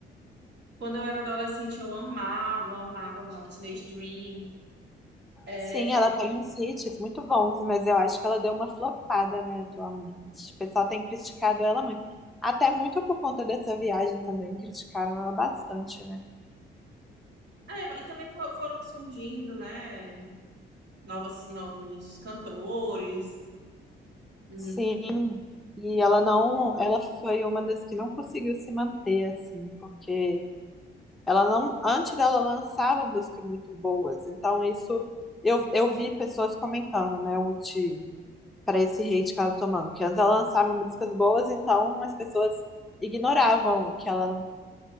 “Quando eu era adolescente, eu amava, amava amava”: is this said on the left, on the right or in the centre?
Right